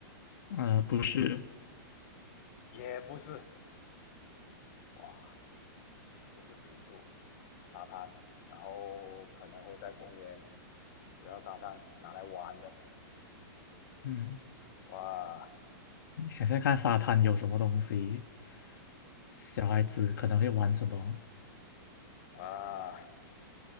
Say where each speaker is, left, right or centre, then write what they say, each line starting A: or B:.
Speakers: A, on the left; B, on the left.
A: 呃，不是，
B: 也不是，哇，不是金属沙滩，然后可能会在公园主要沙滩拿来玩的，
A: 嗯，
B: 哇，
A: 你想想看，沙滩有什么东西？
B: 等
A: 小孩子可能会玩什么？
B: 啊